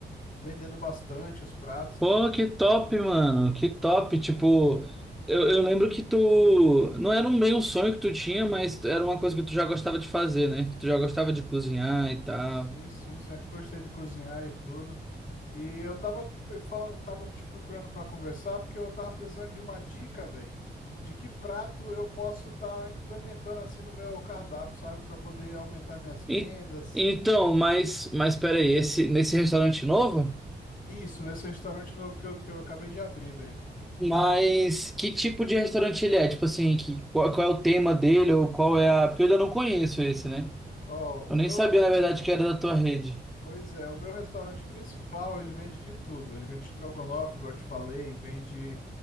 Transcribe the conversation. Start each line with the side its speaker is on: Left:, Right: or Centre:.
Left: vendendo bastante os pratos.
Centre: Pô, que top, mano. Que top. Tipo, eu, eu lembro que tu. Não era um meio um sonho que tu tinha, mas era uma coisa que tu já gostava de fazer, né? Tu já gostava de cozinhar e
Left: Sim,
Centre: tal.
Left: sim, sempre gostei de cozinhar e tudo. E eu tava falando, tava te procurando para conversar porque eu tava precisando de uma dica, velho, de que prato eu posso estar implementando assim no meu cardápio, sabe, para poder aumentar minhas vendas.
Centre: E, então, mas, mas peraí, esse, nesse restaurante novo?
Left: Isso, nesse restaurante novo que eu, que eu acabei de abrir, velho.
Centre: Mas que tipo de restaurante ele é? Tipo assim, que, qual, qual é o tema dele ou qual é a. Porque eu ainda não conheço esse, né?
Left: Ó,
Centre: Eu
Left: o
Centre: nem
Left: meu,
Centre: sabia,
Left: re-
Centre: na verdade, que era da tua rede.
Left: pois é, o meu restaurante principal, ele vende de tudo. Ele vende estrogonofe, igual eu te falei, vende